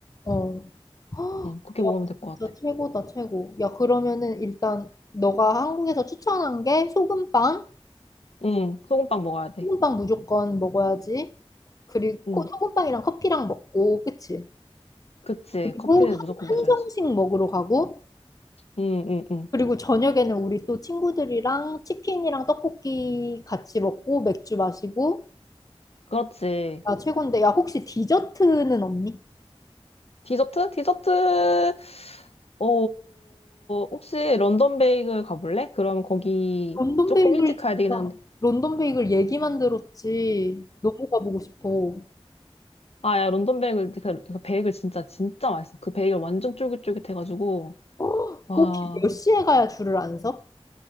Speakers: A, on the left (about 35°); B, on the left (about 75°).
A: 어. 헉,
B: 응, 그렇게 먹으면
A: 야,
B: 될
A: 진짜
B: 것 같아.
A: 최고다, 최고. 야, 그러면은 일단 너가 한국에서 추천한 게 소금빵?
B: 응, 소금빵 먹어야 돼.
A: 소금빵 무조건 먹어야지. 그리고
B: 응,
A: 코- 소금빵이랑 커피랑 먹고, 그치?
B: 그치.
A: 그리고
B: 커피는
A: 한-
B: 무조건 마셔야지.
A: 한정식 먹으러 가고,
B: 응, 응, 응.
A: 그리고 저녁에는 우리 또 친구들이랑 치킨이랑 떡볶이 같이 먹고, 맥주 마시고,
B: 그렇지.
A: 아, 최고인데. 야, 혹시 디저트는 없니?
B: 디저트? 디저트, 어, 혹시 런던 베이글 가볼래? 그럼 거기
A: 런던
B: 조금
A: 베이글
B: 일찍 가야
A: 진짜
B: 되긴 한데.
A: 런던 베이글 얘기만 들었지 너무 가보고 싶어.
B: 아, 야, 런던 베이글, 그, 그 베이글 진짜, 진짜 맛있어. 그 베이글 완전 쫄깃쫄깃해가지고.
A: 어,
B: 와.
A: 그 혹시 몇 시에 가야 줄을 안 서?